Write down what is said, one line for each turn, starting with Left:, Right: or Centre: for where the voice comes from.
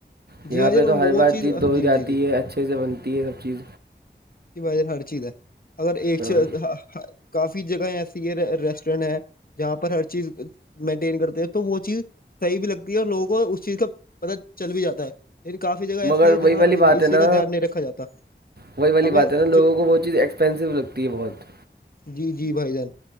Right: یہاں
Left: جی بھائی
Right: پہ
Left: جان
Right: تو
Left: وہ
Right: ہر بار چیز دوئی
Left: جی
Right: جاتی
Left: جی جی
Right: ہے اچھے سے بنتی ہے سب چیز
Left: ب ہر چیز ہے اگر ایک
Right: ہاں
Left: چ کافی جگہیں ایسی ہے ریسٹورینٹ ہیں جہاں پر ہر چیز مینٹین کرتے ہیں تو وہ چیز صحیح بھی لگتی ہے اور لوگوں کو اس چیز کا پتا چل بھی جاتا ہے لیکن کافی جگہ ایسی
Right: مگر
Left: ہے
Right: وہی
Left: جہاں
Right: والی بات
Left: اس
Right: ہے نا
Left: چیز کا دھیان نہیں رکھا جاتا
Right: وہی والی
Left: ہمیں
Right: بات ہے نا لوگوں
Left: جو
Right: کو بہت چیز ایکسپینسو لگتی ہے بہت
Left: جی جی بھائی جان